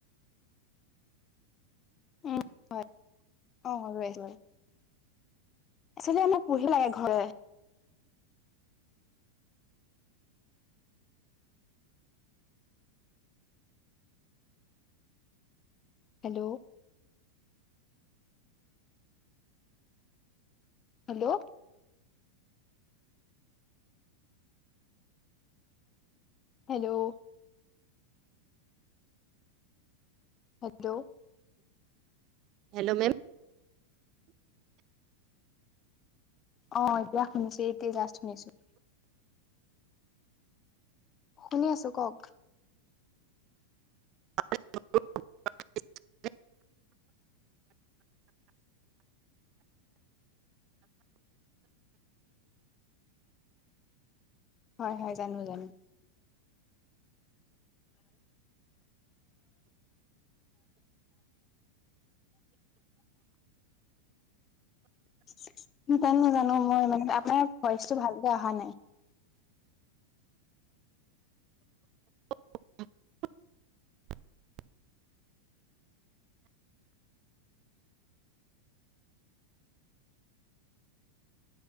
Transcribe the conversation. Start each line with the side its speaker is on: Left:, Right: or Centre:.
Left: <unintelligible> একচোৱেলি আমাৰ পঢ়ি লাগে ঘৰে hello hello hello hello
Right: hello ma'am
Left: অ এতিয়া শুনিছো এইতি জাষ্ট শুনিছোঁ। শুনি আছো কওক?
Right: <unintelligible>
Left: হয় হয় জানো জানো। <unintelligible> <unintelligible> স জান ন জানো মই মানে আপোনাৰ ভইচটো ভালকে অহা নাই
Right: <unintelligible>